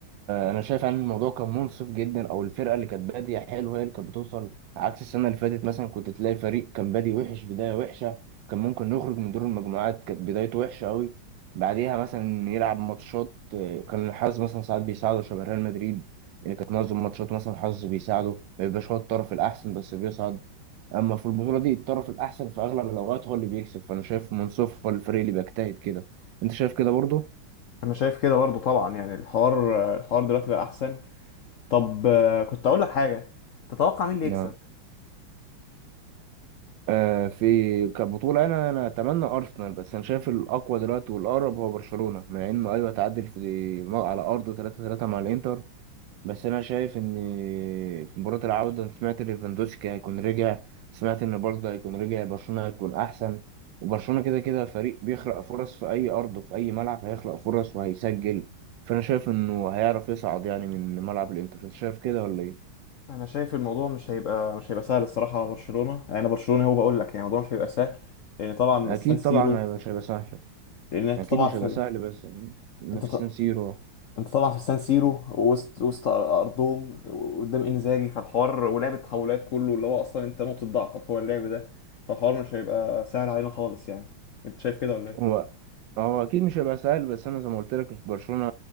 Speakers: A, on the right; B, on the left.
A: انا شايف ان الموضوع كان منصف جدا او الفرقه اللي كانت باديه حلوه هي اللي كانت بتوصل عكس السنه اللي فاتت مثلا كنت تلاقي فريق كان بادي وحش بدايه وحشه كان ممكن يخرج من دور المجموعات كانت بدايته وحشه قوي بعديها مثلا يلعب ماتشات آه، كان الحظ مثلا ساعات بيساعده شبه ريال مدريد اللي كانت معظم ماتشات مثلا الحظ بيساعده ما بيبقاش هو الطرف الاحسن بس بيصعد اما في البطوله دي الطرف الاحسن في اغلب الاوقات هو اللي بيكسب فانا شايف منصف هو الفريق اللي بيجتهد كده انت شايف كده برضه؟
B: انا شايف كده برضو طبعا يعني الحوار الحوار دلوقتي بقى احسن طب آه، كنت اقول لك حاجه تتوقع مين اللي
A: نعم
B: يكسب
A: آه، في كبطولة أنا أنا أتمنى أرسنال بس أنا شايف الأقوى دلوقتي والأقرب هو برشلونة مع إنه أيوه تعادل في على أرضه 3-3 مع الإنتر بس أنا شايف إن في مباراة العودة أنا سمعت ليفاندوسكي هيكون رجع سمعت إن برضه هيكون رجع برشلونة هيكون أحسن وبرشلونة كده كده فريق بيخلق فرص في أي أرض وفي أي ملعب هيخلق فرص وهيسجل فأنا شايف إنه هيعرف يصعد يعني من ملعب الإنتر أنت شايف كده ولا إيه؟
B: انا شايف الموضوع مش هيبقى مش هيبقى سهل الصراحه على برشلونه يعني انا برشلونه هو بقول لك يعني الموضوع مش هيبقى سهل لان طبعا
A: أكيد
B: السان سيرو
A: طبعا هيبقى شايف يعني
B: لان انت طبعا
A: اكيد مش
B: في
A: هيبقى سهل بس إنه
B: انت
A: في
B: ط...
A: سان سيرو
B: انت طبعا في السان سيرو وسط وسط ارضهم قدام انزاجي فالحوار ولعب التحولات كله اللي هو اصلا انت نقطه ضعفك هو اللعب ده فالحوار مش هيبقى سهل علينا خالص يعني انت شايف كده ولا ايه؟
A: هو هو اكيد مش هيبقى سهل بس انا زي ما قلت لك في برشلونه